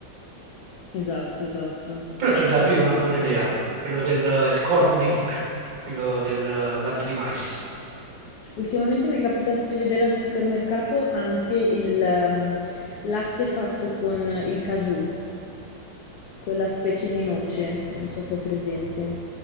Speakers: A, on the left; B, on the right.
A: Esatto, esatto.
B: Però ti ho dato io una buona idea, quello del il corn milk, quello del latte di mais.
A: Ultimamente mi è capitato di vedere al supermercato anche il ehm, latte fatto con il caju, quella specie di noce, non so se è presente.